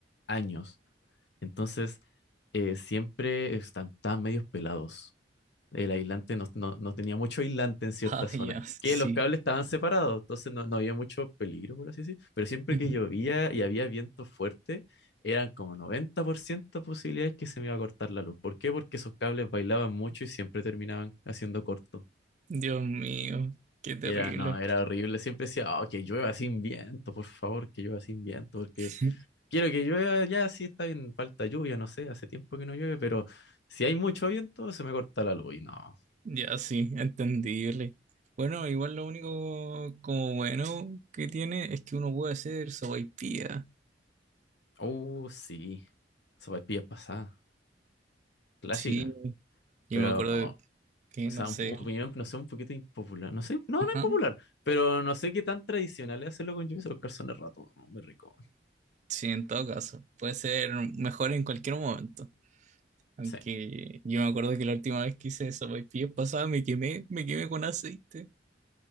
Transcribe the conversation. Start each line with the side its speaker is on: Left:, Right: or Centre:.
Left: años, entonces eh, siempre están, están medios pelados. El aislante no, no- no tenía mucho aislante en cierta
Right: Ah,
Left: zona,
Right: ya, sí.
Left: que los cables estaban separados, entonces no, no había mucho peligro, por así decir. Pero siempre
Right: Ujú.
Left: que llovía y había viento fuerte, eran como 90% posibilidades que se me iba a cortar la luz. ¿Por qué? Porque esos cables bailaban mucho y siempre terminaban haciendo corto.
Right: Dios mío, qué terrible.
Left: Y era, no, era horrible. Siempre decía, oh, que llueva sin viento, por favor, que llueva sin viento, porque
Right: <laughs>
Left: quiero que llueva ya, sí está bien, falta lluvia, no sé, hace tiempo que no llueve, pero si hay mucho viento, se me corta la luz y no.
Right: Ya, sí, entendible. Bueno, igual lo único como bueno que tiene es que uno puede hacer sopaipilla.
Left: Oh, sí. Sopaipillas pasadas. Clásica.
Right: Sí, Yo
Left: Pero,
Right: me acuerdo
Left: oh,
Right: que,
Left: o sea,
Right: no sé,
Left: un, po-
Right: el-
Left: opinión, no sé, un poquito impopular. No sé, no,
Right: ajá,
Left: no impopular. Pero no sé qué tan tradicional es hacerlo con lluvia los calzones rato. ¿no? Muy rico.
Right: sí, en todo caso, puede ser mejor en cualquier momento. Aunque
Left: Sí.
Right: yo me acuerdo que la última vez que hice sopaipillas pasada me quemé, me quemé con aceite.